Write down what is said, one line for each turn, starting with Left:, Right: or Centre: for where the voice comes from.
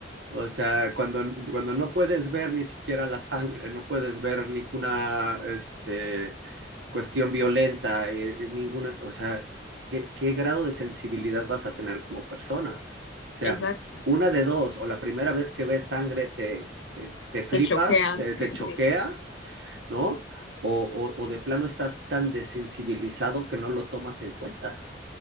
Right: O sea, cuando, cuando no puedes ver ni siquiera la sangre, no puedes ver ninguna, este, cuestión violenta, eh, eh, ninguna, o sea, ¿qué, qué grado de sensibilidad vas a tener como persona? O sea,
Left: Exacto.
Right: una de dos, o la primera vez que ves sangre te, te, te flipas,
Left: Te choqueas.
Right: te, te choqueas,
Left: Sí.
Right: ¿no? O, o, o de plano estás tan desensibilizado que no lo tomas en cuenta.